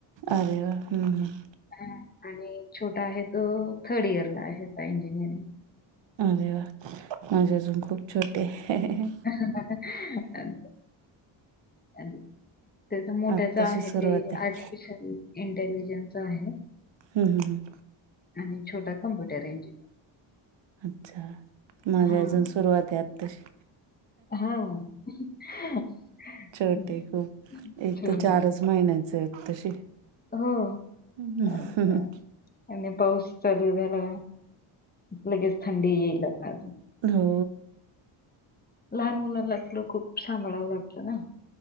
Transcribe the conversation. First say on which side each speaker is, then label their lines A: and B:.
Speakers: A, on the right; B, on the left.
A: अरे वाह! हम्म.
B: ह आणि छोटा आहे तो थर्ड इयरला आहे. आता इंजिनिअरिंग
A: अरे वाह! माझे अजून खूप छोटे आहे.
B: <unintelligible> अ त्याचा मोठ्याच
A: आत्ताशी
B: आहे
A: सुरुवात
B: ते
A: आहे
B: आर्टिफिशियल इंटेलिजन्स आहे.
A: हम् हम हम.
B: आणि छोटा कम्प्युटर इंजिनर.
A: अच्छा! माझी
B: हा
A: अजून सुरुवात ए आत्ताशी.
B: हा हम्म,
A: छोटे खूप. एक
B: छोटे
A: तर चारच महिन्याच ए आत्ताशी.
B: हो
A: <unintelligible>
B: अच्छा आणि पाऊस चालू झाला. लगेच थंडी येईल आत्ता.
A: हो
B: लहान मुलांना थोडं खूप सांभाळावं लागतं ना.